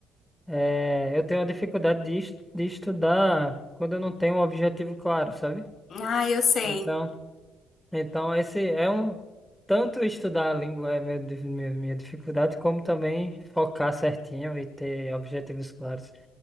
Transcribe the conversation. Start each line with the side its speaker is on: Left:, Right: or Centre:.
Centre: eh, eu tenho uma dificuldade de, est- de estudar quando eu não tenho um objetivo claro, sabe?
Left: Ah, eu sei.
Centre: Então então, esse é um. Tanto estudar a língua é meu, dif- minha minha dificuldade, como também focar certinho e ter objetivos claros